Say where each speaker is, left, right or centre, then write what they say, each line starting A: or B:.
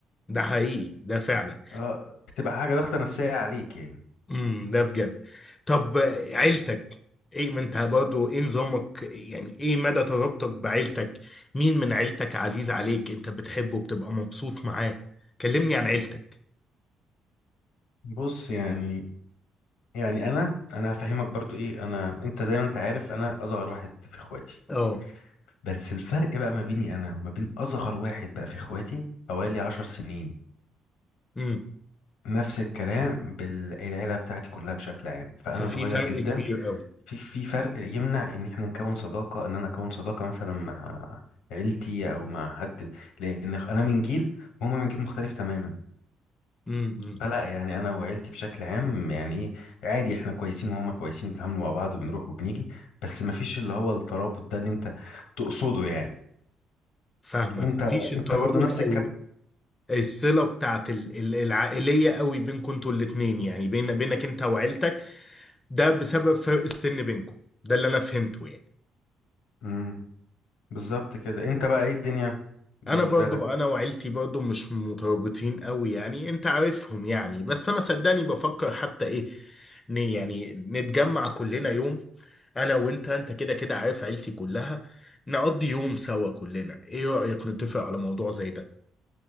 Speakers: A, on the left; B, on the left.
A: ده حقيقي ده فعلا
B: أه بتبقى حاجة ضغطة نفسية عليك يعني
A: امم ده بجد طب آه، عيلتك ايه ما انت برضه ايه نظامك يعني ايه مدى ترابطك بعيلتك مين من عيلتك عزيز عليك انت بتحبه بتبقى مبسوط معاه كلمني عن عيلتك
B: بص يعني يعني أنا أنا هفهمك برضو إيه أنا أنت زي ما أنت عارف أنا أصغر واحد في إخواتي
A: اه
B: بس الفرق بقى ما بيني انا وما بين اصغر واحد بقى في اخواتي حوالي عشر سنين
A: امم
B: نفس الكلام بالعيله بتاعتي كلها بشكل عام فانا
A: ففي
B: صغير
A: فرق
B: جدا
A: كبير قوي
B: في في فرق يمنع ان احنا نكون صداقه ان انا اكون صداقه مثلا مع عيلتي او مع حد لان انا من جيل وهما من جيل مختلف تماما
A: امم امم.
B: فلا يعني انا وعيلتي بشكل عام يعني ايه عادي احنا كويسين وهما كويسين بنتعامل مع بعض وبنروح وبنيجي بس ما فيش اللي هو الترابط ده اللي انت تقصده يعني
A: فاهمك
B: انت
A: مفيش الترابط
B: انت برضو نفس
A: او الصلة بتاعت ال- ال- العائلية قوي بينكم انتوا الاتنين يعني بين بينك انت وعيلتك ده بسبب فرق السن بينكم ده اللي انا فهمته يعني
B: الكلام بالظبط كده انت بقى ايه الدنيا بالنسبة
A: انا برضو
B: لك
A: انا وعيلتي برضو مش مترابطين قوي يعني انت عارفهم يعني بس انا صدقني بفكر حتى ايه ن- يعني نتجمع كلنا يوم انا وانت انت كده كده عارف عيلتي كلها نقضي يوم سوا كلنا ايه رأيك نتفق على موضوع زي ده